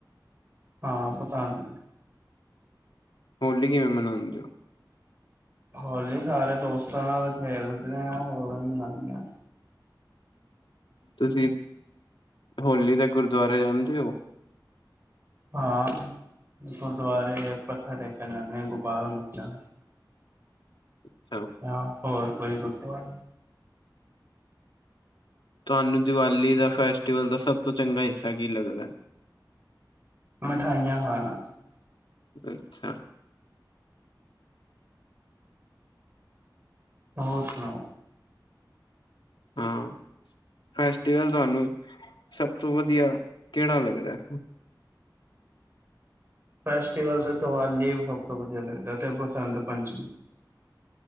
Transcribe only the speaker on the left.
ਹੋਲੀ ਕਿਵੇਂ ਮਨਾਂਦੇ ਓ?
ਤੁਸੀਂ ਡੋਹਲੀ ਤੇ ਗੁਰਦੁਆਰੇ ਜਾਂਦੇ ਓ?
ਅੱਛਾ
ਤੁਹਾਨੂੰ ਦੀਵਾਲੀ ਦਾ ਫੈਸਟੀਵਲ ਦਾ ਸਭ ਤੋਂ ਚੰਗਾ ਹਿੱਸਾ ਕੀ ਲੱਗਦਾ?
ਅੱਛਾ।
ਹੂ, ਫੈਸਟੀਵਲ ਤੁਹਾਨੂੰ, ਸਭ ਤੋਂ ਵਧੀਆ ਕਿਹੜਾ ਲੱਗਦਾ?